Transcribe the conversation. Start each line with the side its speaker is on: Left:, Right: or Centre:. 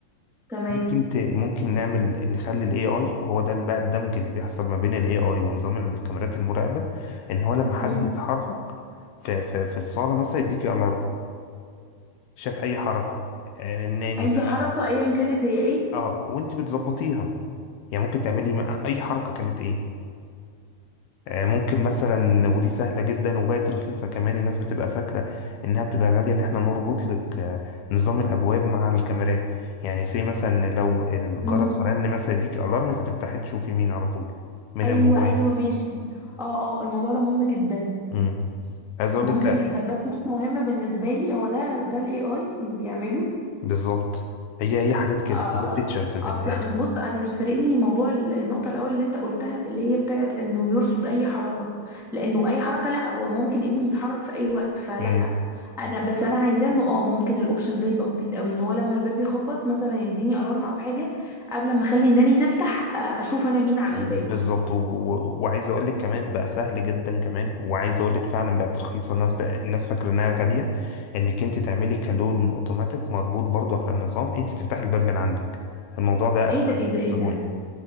Centre: تمام
Left: ممكن ت... ممكن نعمل نخلي الاي اي وهو ده بقى الدمج اللي بيحصل ما بين الاي اي ونظام الكاميرات المراقبه ان هو لما حد
Centre: مم.
Left: يتحرك في في, في الصاله مثلا يديكي الارم شاف اي حركه آه، الناني
Centre: اي
Left: بقى
Centre: حركه ايا كانت هي ايه
Left: اه وانت بتظبطيها يعني ممكن تعملي م- اي حركه كانت ايه آه، ممكن مثلا ودي سهلة جدا وبقت رخيصة كمان الناس بتبقى فاكرة انها بتبقى غالية ان احنا نربط لك آه، نظام الابواب مع الكاميرات يعني سي مثلا لو الجرس
Centre: مم.
Left: رن مثلا يديك الارم فتفتحي تشوفي مين على طول من
Centre: ايوه
Left: الموبايل
Centre: ايوه ماشي اه اه الموضوع ده مهم جدا
Left: امم عايز اقول
Centre: مهم
Left: لك آه،
Centre: جدا بس مش مهم بالنسبه لي هو ده ده الاي اي اللي بيعمله
Left: بالظبط هي هي حاجات كده
Centre: آه
Left: هي فيتشرز في
Centre: اصلا
Left: الاخر
Centre: بص انا مش فارق لي موضوع ال- النقطه الاول اللي انت قلتها اللي هي بتاعت انه يرصد اي حركه لانه اي حركه لا هو ممكن ابني يتحرك في اي وقت فلا
Left: امم
Centre: انا بس انا عايزاه انه اه ممكن الاوبشن ده يبقى مفيد قوي ان هو لما الباب يخبط مثلا يديني الارم او حاجه قبل ما اخلي الناني تفتح آه، اشوف انا مين على
Left: بالظبط
Centre: الباب
Left: و... و... وعايز اقول لك كمان بقى سهل جدا كمان وعايز اقول لك فعلا بقت رخيصه الناس بقى الناس فاكره انها غاليه انك انت تعملي كالون اوتوماتيك مربوط برضو على النظام انت تفتحي الباب من عندك الموضوع ده اسهل
Centre: ايه ده ايه ده ايه
Left: بسهوله
Centre: ده